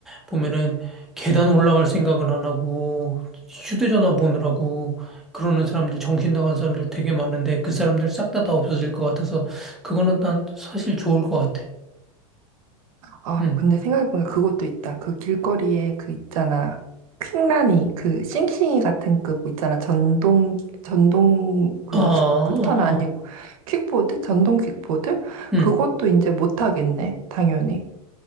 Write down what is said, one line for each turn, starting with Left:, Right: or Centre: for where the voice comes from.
Centre: 보면은 계단 올라갈 생각은 안 하고 휴대전화 보느라고 그러는 사람들 정신 나간 사람들 되게 많은데 그 사람들 싹 다 다 없어질 것 같아서 그거는 난 사실 좋을 것 같아.
Right: 아,
Centre: 응.
Right: 근데 생각해보니까 그것도 있다. 그 길거리에 그 있잖아. 퀵라니, 그 싱싱이 같은 그뭐 있잖아. 전동, 전동 그
Centre: 아, 아,
Right: 스쿠터는
Centre: 아.
Right: 아니고 퀵보드? 전동 퀵보드?
Centre: 응,
Right: 그것도 이제 못 하겠네. 당연히.